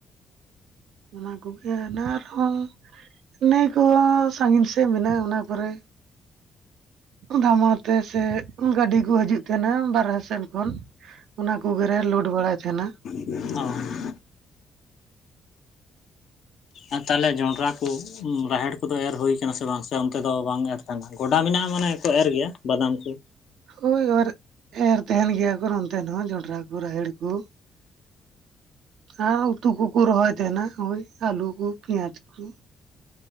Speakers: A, on the right; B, on the left.
A: ᱚᱱᱟ ᱠᱚᱜᱮ ᱟᱱ ᱟᱨᱦᱚᱸ ᱱᱟᱹᱭ ᱠᱚ ᱥᱟᱺᱜᱤᱧ ᱥᱮᱫ ᱢᱮᱱᱟᱜ-ᱟ, ᱚᱱᱟ ᱠᱚᱨᱮ᱾ ᱫᱷᱟᱢᱟ ᱛᱮ ᱥᱮ ᱜᱟᱹᱰᱤ ᱠᱚ ᱦᱤᱡᱩᱜ ᱛᱟᱦᱮᱱᱟ ᱵᱟᱨᱦᱮ ᱥᱮᱱ ᱠᱷᱚᱱ᱾ ᱚᱱᱟ ᱠᱚᱜᱮ ᱨᱮ ᱞᱳᱰ ᱵᱟᱲᱟᱭ ᱛᱟᱦᱮᱱᱟ᱾
B: ᱚ᱾ ᱟ ᱛᱟᱦᱚᱞᱮ ᱡᱚᱸᱱᱰᱨᱟ ᱠᱚ, ᱨᱟᱦᱮᱲ ᱠᱚᱫᱚ ᱮᱨ ᱦᱩᱭ ᱠᱟᱠᱟ ᱥᱮ ᱵᱟᱝ ᱥᱮ ᱚᱱᱛᱮ ᱫᱚ ᱵᱟᱝ ᱮᱨ ᱠᱟᱱᱟ᱾ ᱜᱚᱰᱟ ᱢᱮᱱᱟᱜ-ᱟ ᱢᱟᱱᱮ ᱜᱮᱠᱚ ᱮᱨ ᱜᱮᱭᱟ ᱵᱟᱫᱟᱢ ᱠᱚ᱾
A: ᱦᱳᱭ ᱟᱨ ᱮᱨ ᱛᱟᱦᱮᱱ ᱜᱮᱭᱟ ᱠᱚ ᱱᱚᱱᱛᱮ ᱫᱚ ᱦᱟᱸᱜ ᱡᱚᱱᱰᱨᱟ ᱠᱚ, ᱨᱟᱦᱮᱲ ᱠᱚ᱾ ᱟᱨ ᱩᱛᱩ ᱠᱚᱠᱚ ᱨᱚᱦᱚᱭ ᱛᱟᱦᱮᱱᱟ ᱳᱭ ᱟᱹᱞᱩ ᱠᱚ, ᱯᱮᱸᱭᱟᱡ ᱠᱚ᱾